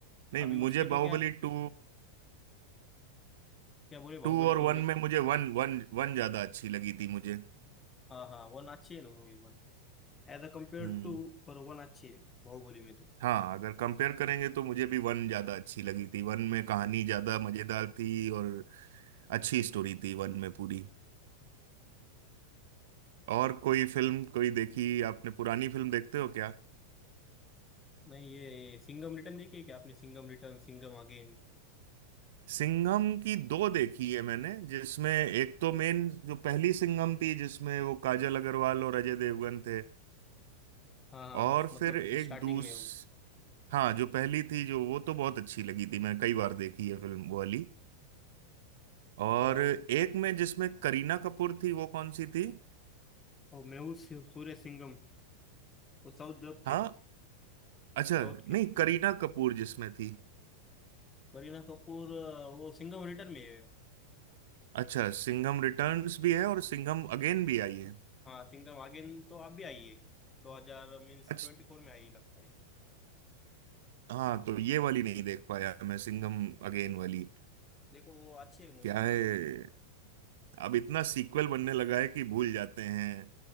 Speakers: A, on the right; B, on the left.
A: नहीं
B: अभी
A: मुझे
B: उसकी
A: बाहुबली
B: तो क्या
A: टू
B: क्या बोले बाहुबली
A: टू और
B: टू
A: वन
B: में क्या
A: में मुझे वन वन वन ज्यादा अच्छी लगी थी मुझे
B: हाँ हाँ वन अच्छी है ना movie one as a compare
A: हम्म
B: to पर वन अच्छी है बाहुबली में तो
A: हाँ अगर कंपेयर करेंगे तो मुझे भी वन ज्यादा अच्छी लगी थी वन में कहानी ज्यादा मजेदार थी और अच्छी स्टोरी थी वन में पूरी और कोई फिल्म कोई देखी आपने पुरानी फिल्म देखते हो क्या
B: नहीं ये सिंघम रिटर्न देखी है क्या आपने Singham return Singham again
A: सिंघम की दो देखी है मैंने जिसमें एक तो मेन जो पहली सिंघम थी जिसमें वो काजल अग्रवाल और अजय देवगन थे
B: हाँ हाँ
A: और
B: उस मतलब
A: फिर एक
B: स्टार्टिंग
A: दूस
B: में वो
A: हाँ जो पहली थी जो वो तो बहुत अच्छी लगी थी मैंने कई बार देखी है फिल्म वो वाली और
B: और वो,
A: एक में जिसमें करीना कपूर थी वो कौन सी थी
B: वो मेहुल सू- सूर्य सिंघम वो साउथ डब
A: हाँ
B: थी वो
A: अच्छा
B: साउथ
A: नहीं
B: की थी
A: करीना कपूर जिसमें थी
B: करीना कपूर अ, वो सिंघम रिटर्न में है
A: अच्छा सिंघम रिटर्न्स भी है और सिंघम अगेन भी आई है
B: हाँ किंगडम अगेन तो आप भी आइए दो हजार मीन्स
A: अच्छा
B: ट्वेंटी फोर में आई लगता है
A: हाँ तो ये वाली नहीं देख पाया मैं सिंघम अगेन वाली
B: देखो वो अच्छी है मूवी
A: क्या
B: होगी
A: है अब इतना सीक्वल बनने लगा है कि भूल जाते हैं